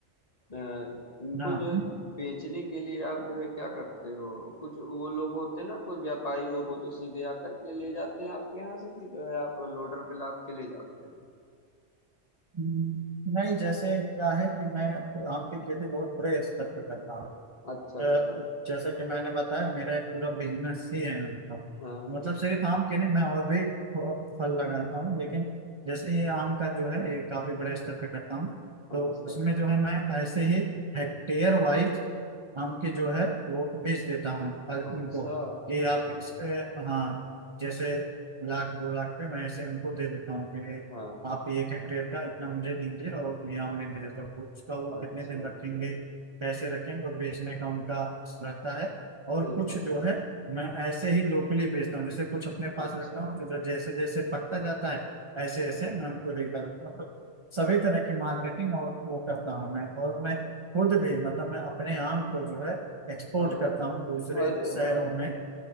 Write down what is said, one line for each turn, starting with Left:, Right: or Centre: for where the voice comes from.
Left: अ, इनको
Right: हाँ,
Left: जो है बेचने के लिए आप जो है क्या करते हो कुछ वो लोग होते हैं ना कुछ व्यापारी लोग हो तो सीधे आकर के ले जाते हैं आपके यहाँ से कि जो है आप लोडर पे लाद के ले जाते हैं
Right: हम्म, नहीं जैसे क्या है कि मैं आम की खेती बहुत बड़े स्तर पर करता हूँ
Left: अच्छा
Right: अ,
Left: अच्छा
Right: जैसा कि मैंने बताया मेरा एक पूरा बिजनेस ही है आम का
Left: हाँ हाँ
Right: मतलब सिर्फ आम के नहीं मैं और भी फ- फल लगाता हूँ लेकिन जैसे ये आम का जो है ये काफी बड़े स्तर पे करता हूँ तो
Left: अच्छा
Right: उसमें
Left: अच्छा
Right: जो है मैं ऐसे ही हेक्टेयर वाइज हम के जो है वो भेज देता हूँ पर
Left: अच्छा
Right: उनको कि आप इस पे हाँ जैसे लाख दो लाख पे मैं ऐसे उनको दे देता हूँ कि
Left: हाँ हाँ।
Right: आप एक हेक्टेयर का इतना मुझे दीजिए और ये आमने दे देता हूँ उसका वो
Left: अच्छा
Right: कितने दिन रखेंगे
Left: अच्छा
Right: कैसे रखेंगे और बेचने का उनका रहता है और
Left: बिल्कुल
Right: कुछ जो है मैं ऐसे ही लोकली बेचता हूँ जैसे कुछ अपने पास
Left: अच्छा
Right: रखता हूँ तो जैसे जैसे पकता जाता है ऐसे ऐसे
Left: हाँ
Right: मैं उनको देखता रहता हूँ तो सभी तरह की मार्केटिंग और वो करता हूँ मैं और मैं खुद भी मतलब मैं अपने आम को जो है एक्सपोर्ट
Left: हाँ
Right: करता हूँ दूसरे
Left: हाँ अरे
Right: शहरों
Left: वाह
Right: में